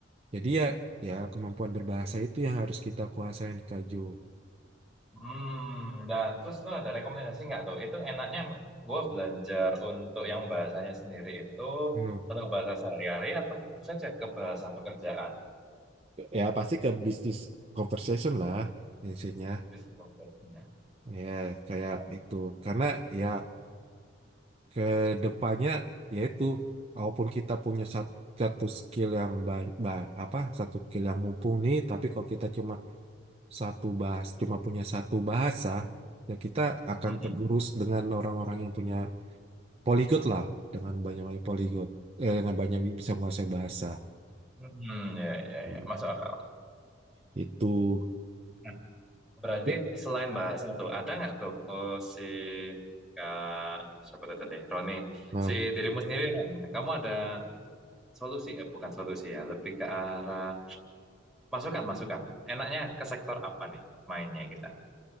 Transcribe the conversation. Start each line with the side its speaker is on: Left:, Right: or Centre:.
Right: Jadi ya ya kemampuan berbahasa itu yang harus kita kuasain Kak Jo.
Centre: hmm nah terus lu ada rekomendasi nggak tuh itu enaknya gue belajar untuk yang bahasanya sendiri itu
Right: Hmm.
Centre: untuk bahasa sehari-hari atau fokus aja ke bahasa pekerjaan
Right: Ya pasti ke bisnis conversation lah intinya.
Centre: Business profession,
Right: Ya, kayak
Centre: ya.
Right: itu. Karena ya ke depannya yaitu walaupun kita punya sat- satu skill yang baik apa satu skill yang mumpuni tapi kalau kita cuma satu bahas cuma punya satu bahasa ya kita akan
Centre: Mhm.
Right: tergerus dengan orang-orang yang punya poligot lah dengan banyak-banyak poligot eh, dengan banyak bisa menguasai bahasa
Centre: Hmm, ya, ya,
Right: Hmm,
Centre: ya, masuk akal.
Right: itu
Centre: Nah, berarti
Right: Ya.
Centre: selain bahasa tuh, ada nggak tuh oh, si Kak, siapa tuh tadi, Roni,
Right: nah
Centre: si dirimu sendiri, Ron, kamu ada solusi, eh bukan solusi ya, lebih ke arah masukan, masukan. Enaknya ke sektor apa nih mainnya kita?